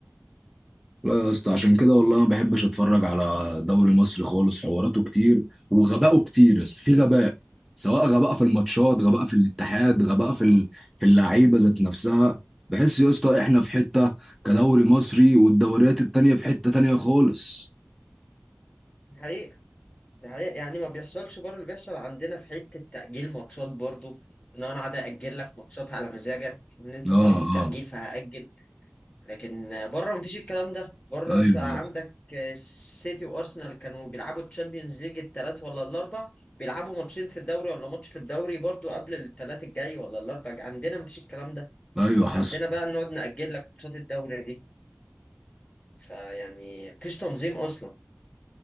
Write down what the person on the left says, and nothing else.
حقيقي ده حقيقة. يعني ما بيحصلش بره اللي بيحصل عندنا في حتة تأجيل ماتشات برضو ان انا قاعد اجل لك ماتشات على مزاجك ان انت
طالب تأجيل
فهأجل لكن بره مفيش الكلام ده بره
انت عندك سيتي وارسنال كانوا بيلعبوا تشامبيونز ليج الثلاث ولا الاربع بيلعبوا ماتشين في الدوري ولا ماتش في الدوري برضو قبل الثلاث الجاي ولا الاربع عندنا مفيش الكلام ده
عندنا بقى نقعد نأجل لك ماتشات الدوري دي فيعني مفيش تنظيم اصلا